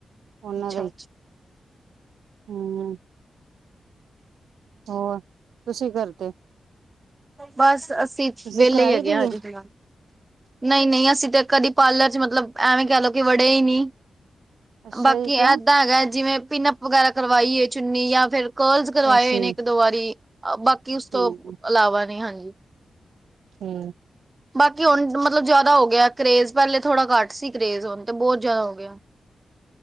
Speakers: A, on the right; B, on the right.
A: ਉਹਨਾਂ
B: ਅੱਛਾ।
A: ਦਾ ਹੀ ਹਮ ਹੋਰ ਤੁਸੀਂ ਕੀ ਕਰਦੇ?
B: ਬਸ ਅਸੀਂ
A: ਤੁਸੀਂ
B: ਵੇਲੇ
A: ਕਰਾਈ
B: ਈ ਹੈਗੇ
A: ਦੀ
B: ਆ ਅਜ-ਕਲ।
A: ਏ
B: ਨਈ-ਨਈ ਅਸੀਂ ਤੇ ਕਦੀ ਪਾਲਰ ਚ ਮਤਲਬ ਐਵੇਂ ਕੈ ਲੋ ਕੀ ਵੜੇ ਈ ਨੀ।
A: ਅੱਛਾ
B: ਬਾਕੀ
A: ਜੀ ਕਿਉਂ
B: ਏਦਾਂ ਹੈਗਾ ਜੀਵੇਂ ਪੀਂਨਅਪ ਵਗੈਰਾ ਕਰਵਾਈ ਏ ਚੁੰਨੀ ਜਾਂ ਫੇਰ ਕਰਲਸ ਕਰਵਾਏ
A: ਅੱਛਾ
B: ਹੋਏ
A: ਜੀ
B: ਨੇ ਏਕ ਦੋ ਵਾਰੀ ਆ ਬਾਕੀ ਓਸ ਤੋਂ
A: ਠੀਕ
B: ਈਲਾਵਾ ਨੀ ਹਾਂਜੀ
A: ਹੂੰ
B: ਬਾਕੀ ਹੁਣ ਮਤਲਵ ਜਾਦਾ ਹੋ ਗੇਆ ਕਰੇਜ਼ ਪੈਲੇ ਥੋੜਾ ਘੱਟ ਸੀ ਕਰੇਜ਼ ਹੁਣ ਤੇ ਬੌ ਜਾਦਾ ਹੋ ਗੇਆ